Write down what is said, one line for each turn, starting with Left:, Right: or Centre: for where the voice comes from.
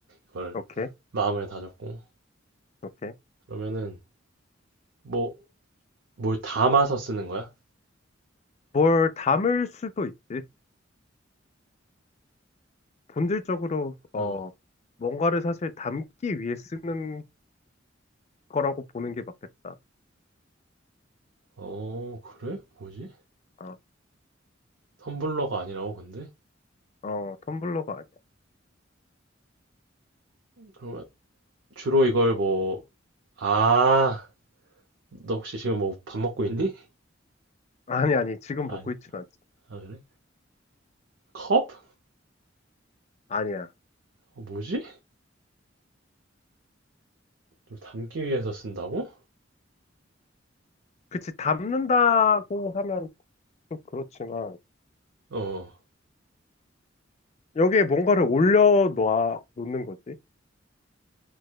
Right: 이걸
Left: 오케이.
Right: 마음을 다잡고.
Left: 오케이.
Right: 그러면은, 뭐, 뭘 담아서 쓰는 거야?
Left: 뭘 담을 수도 있지. 본질적으로, 어,
Right: 응.
Left: 뭔가를 사실 담기 위해 쓰는 거라고 보는 게 맞겠다.
Right: 어, 그래? 뭐지?
Left: 어,
Right: 텀블러가 아니라고, 근데?
Left: 어, 텀블러가 아니야.
Right: 그러면 주로 이걸 뭐, 아, 너 혹시 지금 뭐 밥 먹고 있니?
Left: <laughs> 아니, 아니. 지금
Right: 아니,
Left: 먹고 있진 않지.
Right: 아, 그래? 컵?
Left: 아니야.
Right: 어, 뭐지? 좀 담기 위해서 쓴다고?
Left: 그치. 담는다고 하면 좀 그렇지만,
Right: 어,
Left: 여기에 뭔가를 올려 놓는 거지.